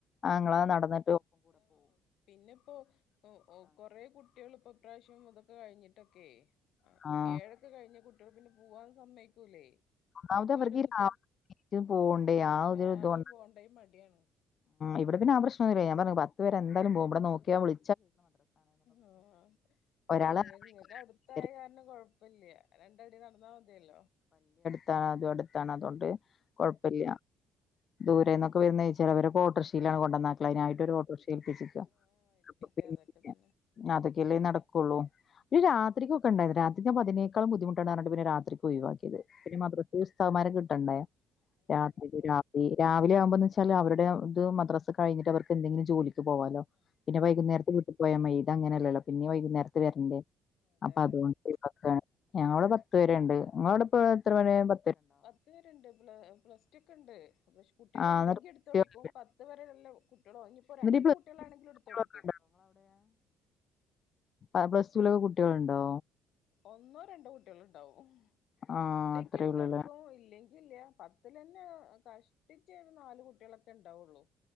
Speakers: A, on the left; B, on the left.
A: ആങ്ങള നടന്ന്
B: ആ പിന്നെപ്പോ ഓ ഓ കൊറേ കു കുട്ടികള് ഇപ്പൊ ഇപ്രാവശ്യം ഇതൊക്കെ കഴിഞ്ഞിട്ടൊക്കെ ആ
A: ആഹ്
B: ഏഴൊക്കെ കഴിഞ് കു ട്ടീള് പിന്നെ പോവാൻ സമ്മയിക്കൂലേ.
A: ഒന്നാമത്
B: പത്ത്
A: അവർക്ക്
B: വരെ ഒന്നും
A: ഈ രാവിലെ
B: ഇപ്പൊ
A: എണീറ്റ് പോണ്ടേ ആ ഒരു
B: രാവിലെ
A: ഇതോണ്ട
B: പോണ്ടേ മടിയാണ്.
A: ഇവിടെ പിന്നെ ആ പ്രശ്നന്നുമില്ലയ് ഞാൻ പറഞ്ഞു പത്ത് വരെ എന്തായാലും പോവും ഇവിടെ നോക്കിയ വിളി
B: ആ ആ
A: ഒരാളെ
B: അല്ലെങ്കിൽ നിങ്ങൾക്ക് അടുത്തായ
A: അറിയായിരിക്കും
B: കാരണം കൊഴപ്പല്ല രണ്ടടി നടന്നാൽ മതിയല്ലോ.
A: അ അടുത്താണ് അതുകൊണ്ട് കുഴപ്പല്ല
B: ഉം
A: ദൂരെന്നൊക്കെ വരുന്ന ചിലവരൊക്കെ ഓട്ടോറിക്ഷീലാണ് കൊണ്ടന്നാക്കല് അതിനായിട്ട്
B: ആഹ്
A: ഒരു ഓട്ടോറിക്ഷേൽപ്പിച്ചക്ക
B: ആഹ് ഏൽപ്പിക്കാ
A: അപ്പം പേടിയില്ല.
B: അതൊക്കെ തന്നെ
A: അതൊക്കെല്ലേ നടക്കുള്ളൂ. ഒരു രാത്രിക്കൊക്കെ ഉണ്ടായിരുന്നു രാത്രിആകുബോ അതിനേക്കാൾ ബുദ്ധമുറ്റാണ് പറഞ്ഞിട്ട് പിന്നെ രാത്രി ഒഴിവാക്കിയത്
B: ആഹ്
A: പിന്നെ മദ്രസ്ൽ ഉസ്താദുമാരെ കിട്ടണ്ടേ രാത്രി
B: ആഹ് അതെ
A: രാത്രി രാവിലെ ആവുമ്പോ ച്ചയി വും അവരുടെ ഇത് മദ്രസ് കഴിഞ്ഞിട്ട് അവർക്ക് എന്തെങ്കിലും ജോലിക്ക് പോകാലോ
B: ആഹ്
A: പിന്നെ വൈകുന്നേരത്തിന് വീട്ട്ക്ക് പോയാൽ മതി. ഇത് അങ്ങനെയല്ലല്ലോ. പിന്നിം വൈകുന്നേരത്ത് വരണ്ടേ
B: അതന്നെ
A: അപ്പൊ അതുകൊണ്ടക്കെ ഞങ്ങളവിടെ പത്ത് വരെണ്ട്. ങ്ങളെ അവിടെപ്പം എത്ര വരെ പ
B: പത്ത് വരെണ്ട് പ്ല പ്ലസ് ടു ക്കെണ്ട് പക്ഷെ കുട്ടികൾ
A: ആഹ്
B: ഉണ്ടെങ്കി
A: എന്നിട്ട് കുട്ടികളൊക്കെ
B: എടുത്ത കൊടുക്കും പത്ത് വരെ കുട്ടികളോ ഇനിയിപ്പോ
A: എന്നിട്ട്
B: രണ്ട്
A: ഈ പ്ലസ്
B: കുട്ടികളാണെങ്കിലും
A: ടു
B: എടുത്ത്ടുക്കും.
A: കുട്ടികളൊക്കെ ആ പ്ലസ് ടു ലൊക്കെ കുട്ടികളുണ്ടോ.
B: ഒന്നോ രണ്ടോ കുട്ടികള്ണ്ടാവും
A: ആഹ്
B: ഉണ്ടെങ്കി
A: അത്രേ
B: എടുത്ത്
A: ഉള്ളൂല്ലേ
B: കൊടുക്കും ഇല്ലെങ്കി ല്ല പത്തിലന്നെ കഷ്ടിച്ചേ ഒരു നാല് കുട്ടികളൊക്കെ ഉണ്ടാവുള്ളു.